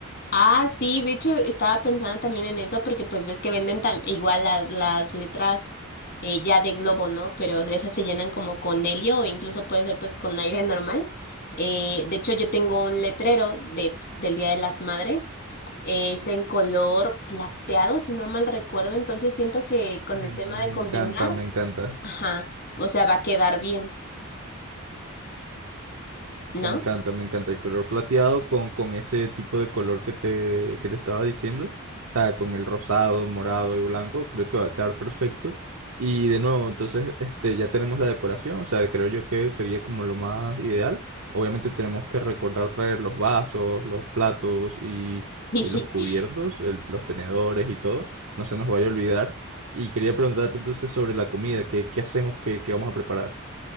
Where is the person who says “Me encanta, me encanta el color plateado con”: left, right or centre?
Right